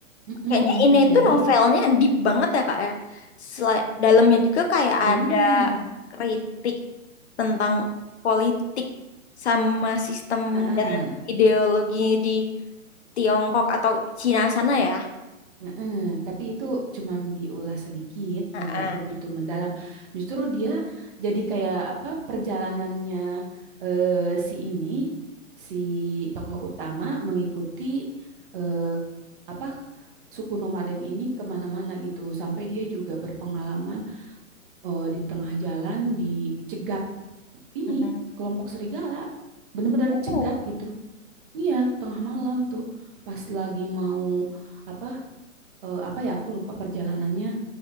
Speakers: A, on the right (about 40°); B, on the left (about 55°).
A: Mm-mm.
B: kayaknya ini
A: Jadi
B: tuh novelnya deep banget ya kak ya. Sela- dalamnya juga kayak
A: bener.
B: ada kritik tentang politik sama sistem
A: Heeh,
B: dan ideologi di Tiongkok atau Cina sana ya.
A: heeh. Tapi itu cuman diulas sedikit,
B: Heeh.
A: nggak begitu mendalam. Justru dia jadi kayak apa perjalanannya eh, si ini, si tokoh utama mengikuti eh, apa suku nomaden ini kemana-mana gitu. Sampai dia juga berpengalaman eh, di tengah jalan dicegat ini
B: Mhm.
A: kelompok serigala, bener-bener dicegat
B: Oh,
A: gitu. Iya, tengah malam tuh pas lagi mau apa eh, apa ya aku lupa perjalanannya